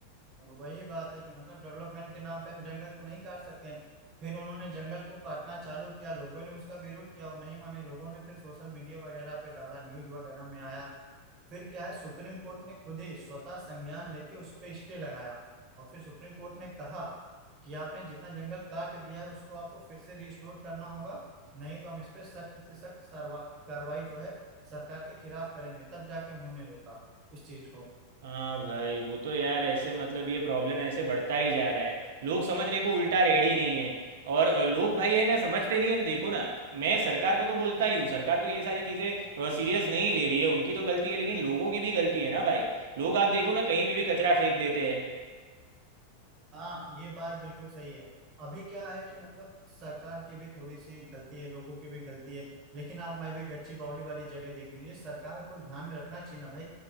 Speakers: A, on the right; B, on the right.
A: और वही बात है कि मतलब डेवलपमेंट के नाम पे हम जंगल तो नहीं काट सकते हैं फिर उन्होंने जंगल को काटना चालू किया लोगों ने उसका विरोध किया वो नहीं माने लोगों ने फिर सोशल मीडिया वगैरह पे डाला न्यूज वगैरह में आया फिर क्या है सुप्रीम कोर्ट ने खुद ही स्वतः संज्ञान लेके उस पे स्टे लगाया और फिर सुप्रीम कोर्ट ने कहा कि आपने जितना जंगल काट दिया है उसको आपको फिर से रिस्टोर करना होगा नहीं तो हम इस पे सख्त से सख्त सर्वा- कार्रवाई जो है सरकार के खिलाफ करेंगे तब जाके उन्होंने रोका इस चीज को
B: हाँ भाई वो तो यार ऐसे मतलब ये प्रॉब्लम ऐसे बढ़ता ही जा रहा है लोग समझने को उल्टा रेडी नहीं है और अ, लोग भाई है ना समझते नहीं है ना देखो ना मैं सरकार को तो बोलता ही हूँ सरकार तो ये सारी चीज़ें सीरियस नहीं ले रही है उनकी तो गलती है लेकिन लोगों की भी गलती है ना भाई लोग आप देखो ना कहीं पे भी कचरा फेंक देते हैं
A: हाँ ये बात बिल्कुल सही है अभी क्या है कि मतलब सरकार की भी थोड़ी सी गलती है लोगों की भी गलती है लेकिन आप मैं भी गच्ची बावली वाली जगह देख लीजिए सरकार को ध्यान में रखना चाहिए ना भाई